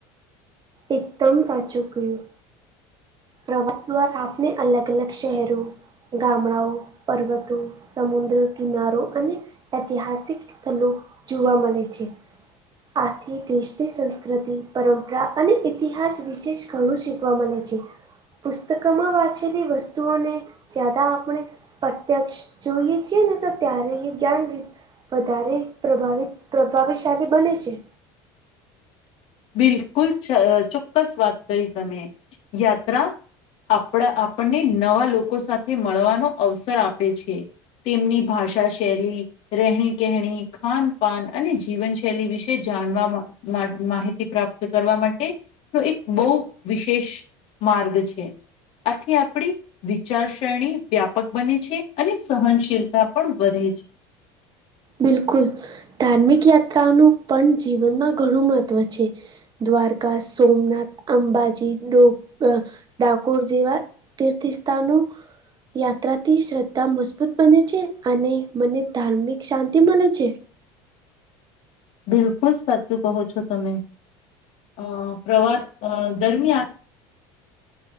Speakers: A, on the right; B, on the left.
A: એકદમ સાચું ક્યું પ્રવાસ દ્વારા આપણે અલગ અલગ શહેરો ગામડાઓ પર્વતો સમુદ્ર કિનારો અને ઐતિહાસિક સ્થળ જોવા મળે છે. આથી દેશની સંસ્કૃતિ પરંપરા અને ઇતિહાસ વિશેષ ઘણું શીખવા મળે છે. પુસ્તકમાં વાંચેલી વસ્તુઓને જ્યાદા આપણે પ્રત્યક્ષ જોઈએ છીએ ને તો ત્યારે એ જ્ઞાન વધારે પ્રભાવ પ્રભાવિશાળી બને છે.
B: બિલકુલ ચોક્કસ વાત કરી તમે યાત્રા આપણા આપણને નવા લોકો સાથે મળવાનો અવસર આપે છે. તેમની ભાષા શૈલી રહેણી કેણી ખાન પાાન અને જીવનશૈલી વિશે જાણવા માહિત એ પ્રાપ્ત કરવા માટે એક બહુ વિશેષ માર્ગ છે. અખી આપણી. વિચાર શ્રેણી વ્યાપક બને છે અને સહનશીલતા પણ વધે છે.
A: બિલકુલ ધાર્મિક યાત્રાઓનું પણ જીવનમાં ઘણું મહત્ત્વ છે. દ્વારકા સોમનાથ અંબાજી ડો ડાકોર જેવા તીર્થસ્તાનું યાત્રાથી શ્રદ્ધા મજબૂત બને છે અને મને ધાર્મિક શાંતિ મને છે.
B: બિલકુલ સાચું કહો છો તમે અ પ્રવાસ દરમિયાન